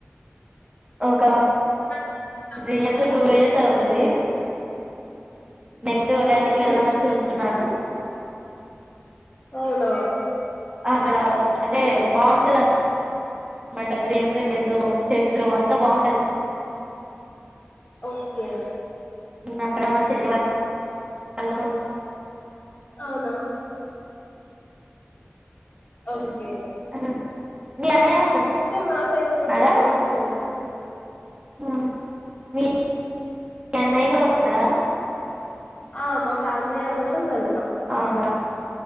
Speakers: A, on the right; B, on the left.
A: ఒక
B: ఒకసారి వెళ్ళి రావచ్చు
A: త్రీ ఇయర్స్,
B: కదా
A: టు ఇయర్స్ అవుతది. నెక్స్ట్ ఉగాదికి
B: ఉమ్,
A: వెళ్ళదమని చూస్తున్నాను.
B: అవున
A: అక్కడ అంటే బాగుంటదన్. నా మాట గ్రీన్ కలర్ చెట్లు అంతా బాగుంటది.
B: ఓకే.
A: అక్కడ మా చెల్లి వాళ్ళు ఉండ్రు.
B: అవునా. ఓకే.
A: ఉమ్, ఉమ్. మీ అన్నయ్య.
B: సో మా సైడ్
A: వస్తున్నాడా
B: కూడా బాగుంటుందమ్మా.
A: ఉమ్ మీ మీ అన్నయ్య కూడా వస్తాడా.
B: ఆహ్ మా ఫ్యామిలీ అందరం వెళ్తామ్.
A: అవునా